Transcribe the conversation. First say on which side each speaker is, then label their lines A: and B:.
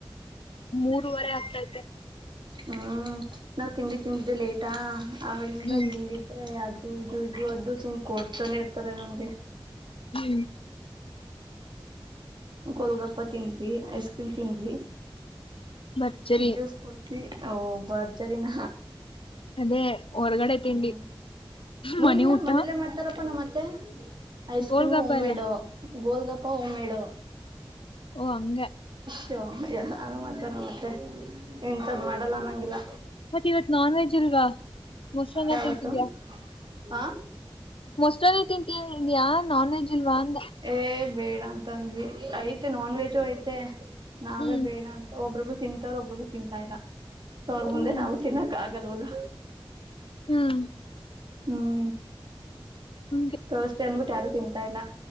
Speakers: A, on the left; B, on the right.
A: ಮೂರವರೆ ಆಗ್ತೈತೆೇನೆ
B: ಹ್ಮ್ ನಾವ್ ತಿಂಡಿ ತಿಂಡಿದ್ದೆ ಲೇಟಾ ಆಳಿಂದ
A: ಹ್ಮ್
B: ಇಲ್ಲಿದ್ರೆ ಅದ ಇದು ಇದು ಅದು ಸುಮ್ ಕೊಡ್ತಾನೆ ಇರ್ತಾರೆ ನಮ್ಗೆ
A: ಹ್ಮ್
B: ಕೊೋಲ್ಗಪ್ಪ ತಿಿಂದ್ವಿ ಐಸ್ ಕ್ರೀಮ್ ತಿಂದ್ವಿ
A: ಭರ್ಜರ್
B: ಜ್ಯೂಸ್ ಕುಡ್ವಿ ಓ ಬರ್ಜರಿಿನ
A: ಅದೇ ಹೊರ್ಗಡೆ ತಿಂಡಿ
B: ಹ್ಮ್ ಮ
A: ಮನೆ
B: ಇಲ್ಲಾ
A: ಊಟ
B: ಮನೇಲ್ಲೇ ಮಾಡ್ತಾರಪ್ಪ ನಮ್ಮತ್ತ ಮತ್ತೆ ಐಸ್
A: ಗೋಲ್ಗಾಪ
B: ಕ್ರೀಮು ಉಮ್ಮೆಡು
A: ಎಲ್ಲ
B: ಗೋಲ್ಗಪ ಉಮ್ಮೆಡು
A: ಓ ಅಂಗ
B: ಯ್ಯ ಅದು ಮಾಡ್ತಣ ಮತ್ತೆ ಇಂಥದ್ದು ಮಾಡಲ್ಲ ಅನ್ನೊಂಗಿಲ್ಲ
A: ಮತ್ತತ್ ಇವತ್ ನಾನ್ ವೆಜ್ ಇಲ್ವಾ ಮೊಸರನ್ನ
B: ಯಾವತ್ತು
A: ತಿರ್ತಿದ್ಯಾ
B: ಹಾ
A: ಮೊಸರಾನೆ ತಿಂತಟಿಯಯಾ ನಾನ್ವೆೆಜ್ ಇಲ್ವಾ ಅಂದ
B: ಏ ಬೇಡ ಅಂತ ಅಂದ್ವಿ ಐತೆ ನಾನ್ ವೆಜು ಐತೆ ನಾವೇ
A: ಹ್ಮ್
B: ಬೇಡ ಅಂತ ಒಬ್ಬೊಬ್ ತಿಂತಾರ ಒಬ್ರಗ ತಿಂತಾ ಇಲ್ಲ ಸೊ ಅವ್ರ
A: ಹ್ಮ್
B: ಮುಂದೆ ನಾವವು ತಿನ್ನಕ್ ಆಗಲ್ವಲ್ಲ
A: ಹ್ಮ
B: ಹ್ಮ್
A: ಹಂಗೆ
B: ಥರ್ಸ್ಡೇ ಅನ್ಬಿಟ್ಟು ಯಾರು ತಿಂತಾ ಇಲ್ಲ.